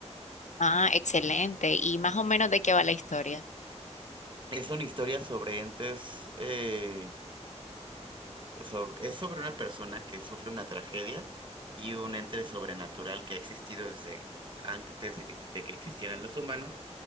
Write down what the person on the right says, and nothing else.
Es una historia sobre entes, eh, so- es sobre una persona que sufre una tragedia y un ente sobrenatural que ha existido desde antes de que de que existieran los humanos